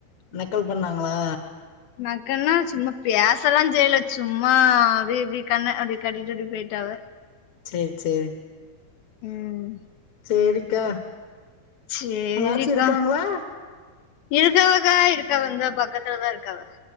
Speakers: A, on the left; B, on the left.
A: நக்கல் பண்ணாங்ளா
B: நக்கல்னா சும்மா பேசலா செய்யில சும்மா அப்டி இப்டி கண்ண அப்டி காட்டிட்டு இப்டி போயிட்டாவ
A: சேரி சேரி
B: ம்
A: சேரிக்கா
B: சேரிக்கா
A: உங்க ஆட்சி இருக்காங்ளா
B: இருக்காவக்கா இருக்காவ இந்த பக்கத்துலதா இருக்காவ